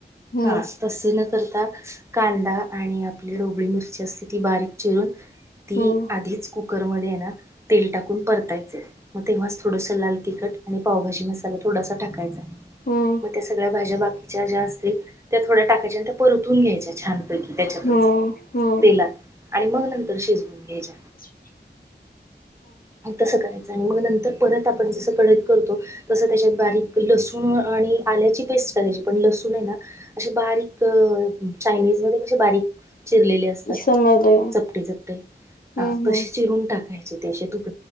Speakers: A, on the left; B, on the right.
A: हम्म
B: हा तस न करता. कांदा आणि आपले डोबळी मिस अस ती बारीक चिरून ती
A: हम्म
B: आधीच खूप. मध्ये <inaudible> तेल टाकून परतायचे मग तेव्हाच थोडस लाल. तिखट आणि पावभाी मसाला थोडासा टाकायचा आहे.
A: हम्म
B: मग त्या सगळ्या भाज्या बाकी च्या जास्ती त्याच थोड्या टाकायच्या आणि त्या परतून घ्यायच्या छानपैकी त्याच्यातच
A: हम्म हम्म
B: तेलात आणि मग नंतर शिजवून घ्यायचे
A: जे
B: तसं करायचं आणि मग नंतर परत आपण जसं कडईत करतो तस त्याच्यात बारीक लसूण आणि आल्याची पेस्ट करायची पण लसूण आहे ना अशी बारीक चायनीज मध्ये कसे बारीक चिरलेले असतात
A: समजले
B: चपटे, चपटे हा
A: हम्म
B: तसे
A: हम्म
B: चिरून टाकायचे त्या तु